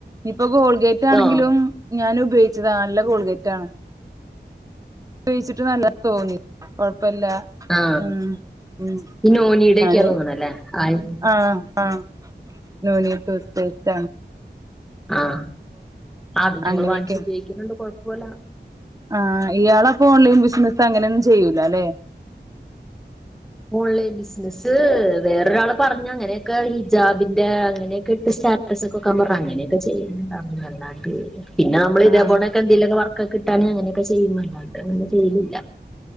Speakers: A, on the right (about 20°); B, in the centre.
A: ഇപ്പ ഗോൾഗേറ്റ് ആണെങ്കിലും
B: ആ
A: ഞാൻ ഉപയോഗിച്ചത. നല്ല ഗോൾഗേറ്റ് ആണ്. ഉപയോയിച്ചിട്ട് നല്ല തോന്നി കൊഴ പ്പല്ല
B: ആ
A: മ് മ്
B: ഈ നോനിയുടെ
A: ഞാന്
B: ഒക്കെയാന്ന് തോന്നണല്ലേ ആയി
A: ആഹ് ആഹ് <unintelligible> ടൂത് പേസ്റ്റ
B: ആഹ് അത് ഞങ്ങൾ
A: അങ്ങനെയൊക്കെ
B: വാങ്ങിച്ച് ഉപയോഗിക്കണണ്ട് കൊഴപ്പോല്ല.
A: ആഹ് ഇയാള് അപ്പ ഓൺലൈൻ ബിസിനസ് അങ്ങനെയൊന്നും ചെയ്യൂല അല്ലേ.
B: ഓൺലൈൻ ബിസിനസ്സ് വേറൊരാള് പറഞ്ഞ അങ്ങനെയൊക്കെ ഹിജാബിന്റെ അങ്ങനെയൊക്കെ സ്റ്റാറ്റസ് ഒക്ക വെക്കാൻ പറഞ്ഞ് അങ്ങനെയൊക്കെ ചെയ്യും. പർഞ്ഞ് അല്ലാണ്ട് പിന്നെ നമ്മള് ഇതെ
A: ആഹ്
B: പോണെക്കെ എന്തെലൊക്കെ വർക്ക്ക്കെ കിട്ടാണ്ങ്കിൽ അങ്ങനെയൊക്കെ ചെയ്യും അല്ലാണ്ട് അങ്ങനെ ചെയ്യലില്ല.